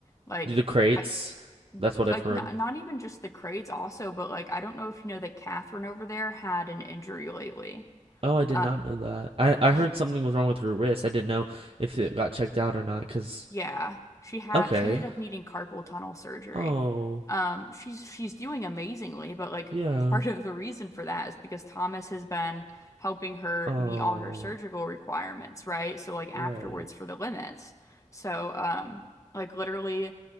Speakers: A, on the left; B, on the right.
A: like
B: do the crates.
A: I
B: That's what I've
A: like
B: heard.
A: not not even just the crates also, but like I don't know if you know that Catherine over there had an injury lately.
B: Oh, I did
A: Uh,
B: not know that. I I
A: y
B: heard something was wrong with her wrist. I didn't know if it got checked out or not. Cause
A: Yeah, she had
B: okay.
A: she ended up needing carpal tunnel surgery.
B: Oh,
A: Um, she's she's doing amazingly, but like
B: yeah.
A: part of the reason for that is because Thomas has been helping her
B: Oh,
A: meet all her surgical requirements, right? So like afterwards
B: right.
A: for the limits. So um like literally